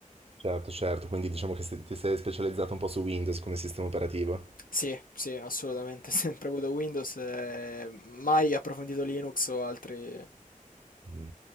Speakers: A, on the right; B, on the left.
A: Certo, certo, quindi diciamo che se- ti sei specializzato un po' su Windows come sistema operativo.
B: Sì, sì, assolutamente. <laughs> Sempre avuto Windows e mai approfondito Linux o altri,
A: Mm.